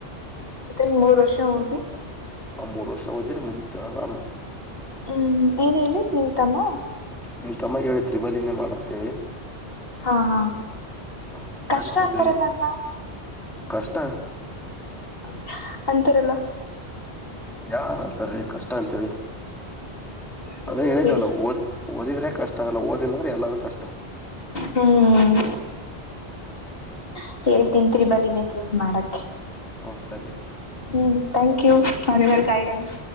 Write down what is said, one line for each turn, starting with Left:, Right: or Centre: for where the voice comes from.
Left: ಮತ್ತನ್ ಮೂರ್ ವರ್ಷ ಓದಿ
Centre: ಆ ಮೂರ್ ವರ್ಷ ಹೋದ್ರೆ ಮುಗತು ಆರಾಮ್.
Left: ಹ್ಮ್ ಏನ್ ಹೇಳಿ ನಿಮಂತಮ್ಮ.
Centre: ನಿನ್ ತಮ್ಮಗೆ ಹೇಳಿ ತ್ರಿಬಲಿನೇ ಮಾಡ ಅಂತ ಹೇಳಿ.
Left: ಹಾ ಹಾ
Centre: ಹ ಸರಿ
Left: ಕಷ್ಟ
Centre: ತಡ್ರಿಲ್ಲಿ
Left: ಅಂತಾರಲ್ಲಅದ್ನ.
Centre: ಕಷ್ಟ.
Left: ಹಾ... ಅಂತಾರಲ್ಲ.
Centre: ಯಾರ ಅಂತಾರೀ ಕಷ್ಟ ಅಂತ ಹೇಳಿ....
Left: ಹ್ಮ್
Centre: ಅದ ಹೇಳನಿದವಲ್ಲ
Left: ಬಿಡಿ
Centre: ಓದ್ ಓದಿದ್ರೆ ಕಷ್ಟ ಆಗಲ್ಲ ಓದಿಲ್ಲದ್ರೆ ಎಲ್ಲರೂ ಕಷ್ಟ.
Left: ಹ್ಮ್. <unintelligible> ಮಾಡಕ್ಕೆ
Centre: ಹಾ ಸರಿ
Left: ಹ್ಮ್ ಥಾಂಕ್ ಯು ಫಾರ್ ಯುವರ್ ಗೈಡೆನ್ಸ್
Centre: ಹ